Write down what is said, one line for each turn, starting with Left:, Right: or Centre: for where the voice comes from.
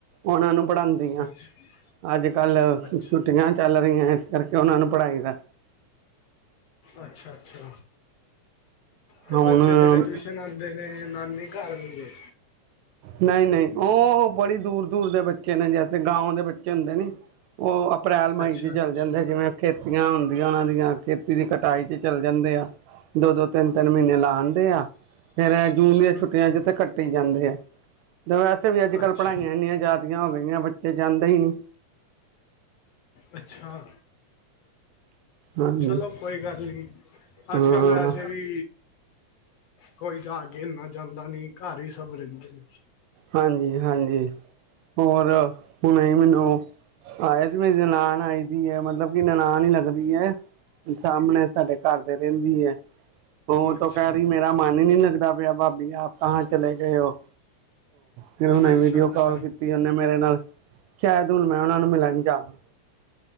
Right: ਓਨ੍ਹਾਂ ਨੂੰ ਪੜ੍ਹਾਂਦੀ ਆਂ
Left: ਅੱਛਾ
Right: ਅੱਜ-ਕਲ
Left: ਅੱਛਾ
Right: ਛੁੱਟੀਆਂ ਚੱਲ ਰਈਆਂ ਇਸ ਕਰਕੇ ਓਨਾਂ ਨੂੰ ਪੜ੍ਹਾਈ ਦਾ।
Left: ਅੱਛਾ ਅੱਛਾ। ਤੇ
Right: ਹੁਣ
Left: ਬੱਚੇ ਜੇੜੇ ਟਿਵੀਸ਼ਨ ਆਂਦੇ ਨੇ, ਨਾਨੀ ਘਰ ਨੀਂ ਗੇ।
Right: ਨਈਂ ਨਈਂ, ਓਂ ਬੜੀ ਦੂਰ-ਦੂਰ ਦੇ ਬੱਚੇ ਨੇ, ਜੈਸੇ ਗਾਂਓ ਦੇ ਬੱਚੇ ਹੁੰਦੇ ਨੀਂ। ਓ ਅਪ੍ਰੈਲ ਮਈ
Left: ਅੱਛਾ
Right: 'ਚ ਚੱਲ
Left: ਅੱਛਾ
Right: ਜਾਂਦੇ ਜਿਵੇਂ ਖੇਤੀਆਂ ਹੁੰਦੀਆਂ ਓਨਾਂ ਦੀਆਂ, ਖੇਤੀ ਦੀ ਕਟਾਈ ਚ ਚੱਲ ਜਾਂਦੇ ਆ। ਦੋ-ਦੋ, ਤਿੰਨ-ਤਿੰਨ ਮੀਂਨੇ ਲਾ ਆਂਦੇ ਆ, ਫੇਰ ਏ ਜੂਨ ਦੀਆਂ ਛੁ
Left: ਅੱਛਾ
Right: ਛੁੱਟੀਆਂ ਚ ਤੇ ਕੱਟੀ ਈ ਜਾਂਦੇ ਆ ਤੇ ਵੈਸੇ ਵੀ ਅੱਜ-ਕਲ
Left: ਅੱਛਾ
Right: ਪੜ੍ਹਾਈਆਂ ਇੰਨੀਆਂ ਜ਼ਿਆ ਹੋ ਗਈਆਂ ਬੱਚੇ ਜਾਂਦੇ ਈ ਨੀਂ।
Left: ਅੱਛਾ।
Right: ਹਾਂਜੀ
Left: ਚਲੋ ਕੋਈ ਗੱਲ ਨੀਂ, ਅੱਜ-ਕਲ
Right: ਹਾਂ
Left: ਵੈਸੇ ਵੀ ਕੋਈ ਜਾ ਕੇ ਇੰਨਾ ਜਾਂਦਾ ਨੀਂ, ਘਰ ਈ ਸਭ ਰੇਂਦੇ।
Right: ਹਾਂਜੀ ਹਾਂਜੀ, ਹੋਰ ਹੁਣੇ ਈ ਮੈਨੂੰ ਹਾਂ, ਏਸ ਮੀਂਨੇ ਨਨਾਨ ਆਈ ਦੀ ਐ, ਮਤਲਬ ਕਿ ਨਨਾਨ ਈ ਲਗਦੀ ਐ। ਸਾਹਮਣੇ ਸਾਡੇ ਘਰ ਦੇ ਰੈਂਦੀ ਏ। ਓ
Left: ਅੱਛਾ
Right: ਤਾਂ ਕੈ ਰਈ ਮੇਰਾ ਮਨ ਹੀ ਨਈ ਲੱਗਦਾ ਪਿਆ ਭਾਬੀ ਆਪ ਕਹਾਂ ਚਲੇ ਗਏ ਹੋ। ਫਿਰ ਹੁਣ
Left: ਅੱਛਾ
Right: ਵੀਡੀਓ
Left: ਅੱਛਾ
Right: ਕਾੱਲ ਕੀਤੀ ਉਹਨੇ ਮੇਰੇ ਨਾਲ ਸ਼ਾਇਦ ਹੁਣ ਮੈਂ ਉਨਾਂ ਨੂੰ ਮਿਲਨ ਜਾਵਾਂ।